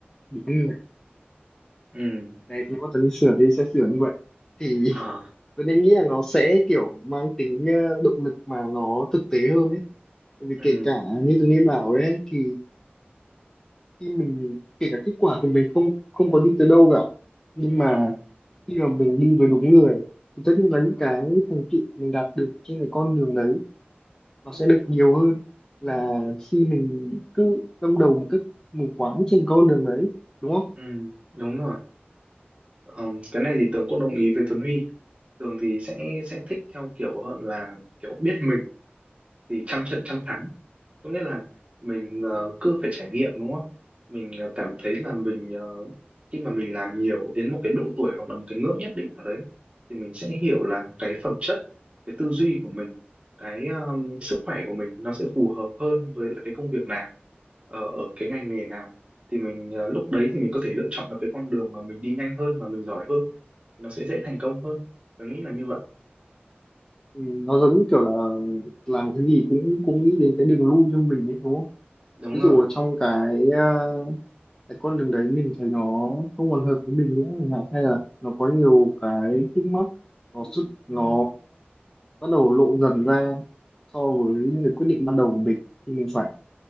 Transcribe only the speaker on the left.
đúng người
đấy nếu mà tớ nên sửa thì sẽ sửa như vậy thì
tớ nên nghĩ là nó sẽ kiểu mang tính ờ, động lực mà nó thực tế hơn ấy Tại vì
kể cả như tớ nên bảo ấy thì khi mình kể cả kết quả của mình không không có đi tới đâu cả nhưng mà
khi mà mình đi với đúng người thì tất nhiên là những cái thành tựu mình đạt được trên cái con đường đấy nó sẽ được nhiều hơn là khi mình cứ đâm đầu một cách mù quáng trên con đường đấy đúng không
ừ, nó giống như kiểu là làm cái gì cũng cũng nghĩ đến cái đường lui cho mình ấy, đúng không
ví dụ
ở trong cái ờ, cái con đường đấy mình thấy nó không còn hợp với mình nữa chẳng hạn, hay là nó có nhiều cái khúc mắc nó xuất nó bắt đầu lộ dần ra so với những cái quyết định ban đầu của mình thì mình phải